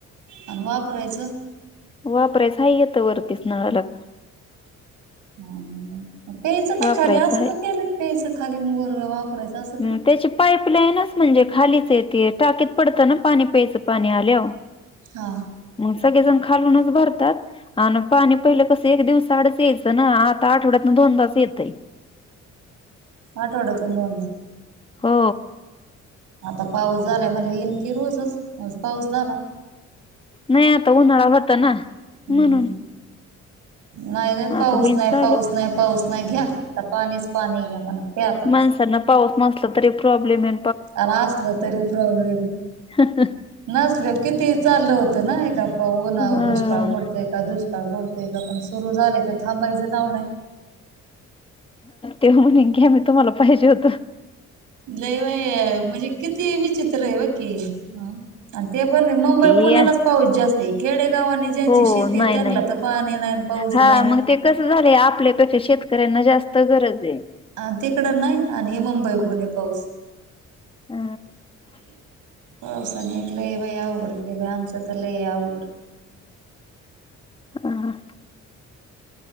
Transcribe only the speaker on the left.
वापरायच येत वरतीच नाळालाग
वापरायचं
हम्
त्याची पाईप आपल्यानच म्हणजे खालीच येते टाकीत पडत ना पाणी प्यायचं पाणी आल्यावर.
मग सगळे जण खालूनच भरतात आणि पाणी पहिलं कस एक दिवसा आड यायचं ना आता आठवड्यात दोनदाच येतं <inaudible>
हो
नाही आता उन्हाळा होता ना
म्हणून
आता होईन
चालू
माणसांना पाऊस नसला तरी प्रॉब्लेम ये
आहे
हा
तेव म्हणे घ्या आम्ही तुम्हाला पाहिजे होत
ते
हो
नाही
नाही
हा
मग ते कसं झालं आपल्यापेक्षा शेतकऱ्यांना जास्त गरज ये.
अ
ह